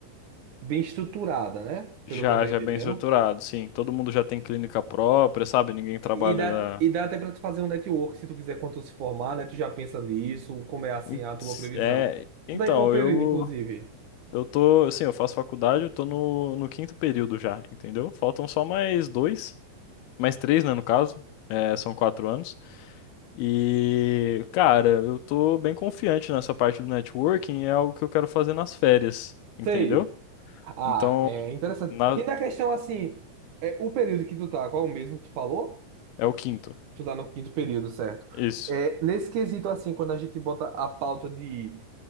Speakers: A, on the right; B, on the left.
A: bem estruturada, né? Pelo
B: Já,
A: que eu tô entendendo.
B: já é bem estruturado, sim. Todo mundo já tem clínica própria, sabe? Ninguém trabalha.
A: E dá, e dá até para tu fazer um network se tu quiser quando tu se formar, né? Tu já pensa nisso, como é assim
B: em-
A: a tua previsão.
B: É, então,
A: Tu tá em qual período,
B: eu
A: inclusive?
B: eu tô, assim, eu faço faculdade, eu tô no, no quinto período já, entendeu? Faltam só mais dois, mais três, né, no caso. É, são quatro anos. E, cara, eu tô bem confiante nessa parte do networking, é algo que eu quero fazer nas férias, entendeu?
A: Sei. Ah,
B: Então,
A: é interessante.
B: na-
A: E na questão assim, é, o período que tu tá, qual é o mesmo que tu falou?
B: é o quinto.
A: Tu tá no quinto período, certo?
B: Isso.
A: É, nesse quesito assim, quando a gente bota a pauta de